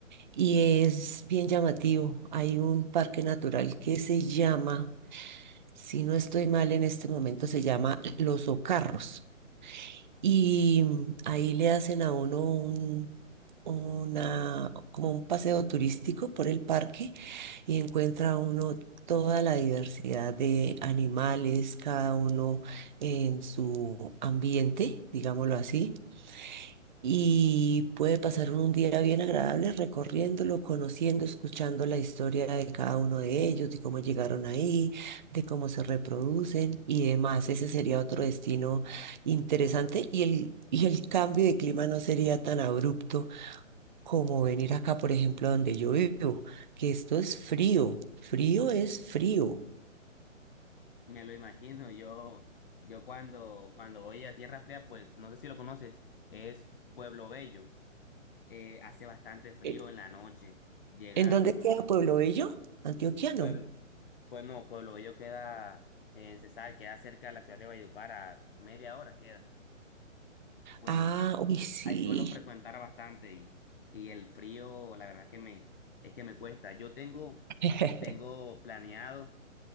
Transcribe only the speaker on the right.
y es bien llamativo. Hay un parque natural que se llama, si no estoy mal en este momento, se llama Los Ocarros. Y mm, ahí le hacen a uno un, una, como un paseo turístico por el parque y encuentra uno toda la diversidad de animales, cada uno en su ambiente, digámoslo así y puede pasar un día bien agradable recorriéndolo, conociendo, escuchando la historia de cada uno de ellos, de cómo llegaron ahí, de cómo se reproducen y demás. Ese sería otro destino interesante y el, y el cambio de clima no sería tan abrupto como venir acá, por ejemplo, donde yo vivo, que esto es frío, frío es frío.
Eh,
¿En dónde
queda Pueblo Bello? Antioquiano.
Ah, uy, sí.
<laughs>